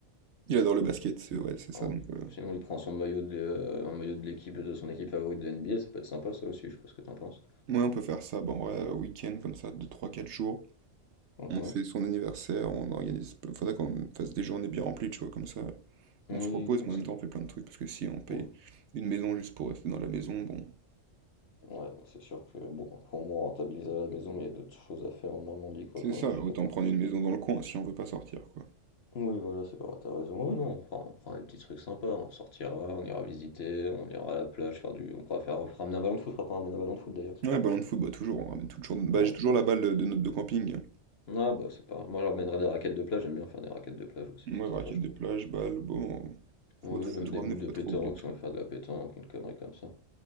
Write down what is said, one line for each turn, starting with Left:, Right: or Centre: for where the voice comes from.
Right: Il adore le basket, c'est ouais, c'est ça,
Left: Alors,
Right: donc euh,
Left: sinon, il prend son maillot de, l'é- euh, un maillot de l'équipe de son équipe favorite de NBA. Ça peut être sympa, ça aussi. Je sais pas ce que t'en penses.
Right: ouais, on peut faire ça, bon, ouais, week-end comme ça, de trois quatre jours.
Left: Mhm.
Right: On fait son anniversaire, on organise. Faudrait qu'on fasse des journées bien remplies, tu vois, comme ça. On
Left: Oui,
Right: se repose,
Left: qu'on
Right: mais
Left: se-
Right: en même temps on fait plein de trucs, parce que si on paye
Left: oh,
Right: une maison juste pour rester dans la maison, bon,
Left: Ouais, non, c'est sûr que bon, après au moins on rentabilise à la maison, mais il y a d'autres choses à faire en Normandie, quoi,
Right: c'est
Left: quand
Right: ça,
Left: même. Je
Right: autant
Left: suis d'accord.
Right: prendre une maison dans le coin si on veut pas sortir, quoi.
Left: Oui, voilà, c'est vrai, t'as raison. Oui, non, on fera, on fera des petits trucs sympas, on sortira, on ira visiter, on ira à la plage, faire du. On pourra faire, on fera ramener un ballon de foot, on fera pas ramener un ballon de foot d'ailleurs, tiens.
Right: Ouais, ballon de foot, bah toujours, on ramène toujours, bah,
Left: Ouais.
Right: j'ai toujours la balle de de notre de camping.
Left: Ah bah c'est pas. Moi je ramènerai des raquettes de plage, j'aime bien faire des raquettes de plage aussi,
Right: Ouais,
Left: c'est
Right: raquette
Left: sympa je
Right: de
Left: trouve.
Right: plage, balle, bon, faut,
Left: Oui,
Right: tout- faut
Left: même
Right: tout
Left: des
Right: ramener,
Left: boules
Right: faut
Left: de
Right: pas
Left: pétanque,
Right: trop oublier le truc.
Left: si on veut faire de la pétanque, une connerie comme ça.